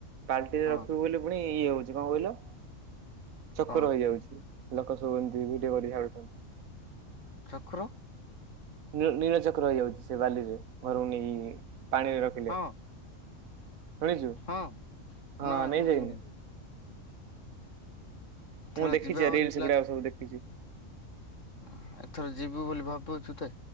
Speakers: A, on the right; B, on the left.
A: ବାଲ୍ଟିରେ
B: ହଁ
A: ରଖିବୁ ବୋଲି ପୁଣି ଇଏ ହୋଉଚି କଣ କହିଲୁ। ଚକର
B: କଣ
A: ହେଇଯାଉଚି ଲୋକ ସବୁ ଏମିତି ଭିଡିଓ କରି ଛାଡୁଚନ୍ତି।
B: ଚକ୍ର
A: ନି-ନିଳଚକ୍ର ହେଇଯାଉଚି ସେ ବାଲିରେ ଘରୁକୁ ନେଇକି ପାଣିରେ ରଖିଲେ।
B: ହଁ
A: କରିଚୁ
B: ହଁ
A: ହଁ
B: ନାଇଁ
A: ନେଇସାଇ
B: ମୁଁ ଶୁଣିନି
A: <unintelligible>
B: ଏଥର
A: ମୁଁ ଦେଖିଚି
B: ଯିବା
A: ଏ
B: ବୋଲି
A: ରିଲସ ଗୁଡାକ ସବୁ ଦେଖିଚି।
B: ହଁ ଏଥର ଯିବୁ ବୋଲି ଭାବୁଚୁତେ